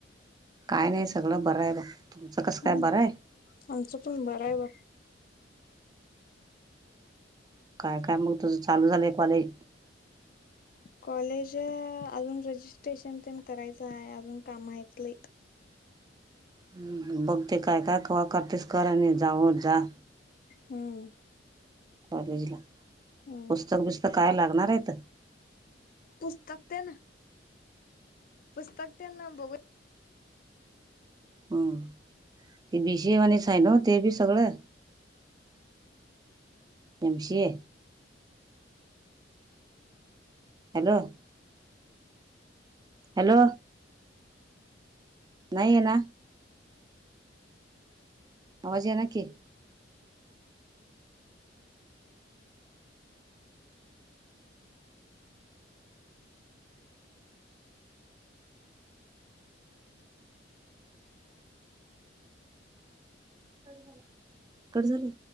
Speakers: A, on the right; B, on the left.
A: काय नाही सगळं बरं आहे बघ. तुमचं कसं काय
B: हम्म
A: बरंय?
B: आमचं पण बरं आहे बघ.
A: काय काय मग तुझं चालू झालंय कॉलेज?
B: कॉलेज अजून रजिस्ट्रेशन तेन करायचंय. अजून काम आहेती.
A: हम्म. हं. बघते काय काय कवा करतेस कर. नाही जाऊ जा.
B: हम्म.
A: कॉलेज ला.
B: हम्म
A: पुस्तक बिस्तक काय लागणार आहेेत?
B: पुस्तक ते न? पुस्तक त्यां न बघू.
A: हम. ते बी सि ए वानीच आहे ना? ते बी सगळं. M C A? Hello. Hello. नाही येईना. आवाज येईना की. कट झाला. कट झाल?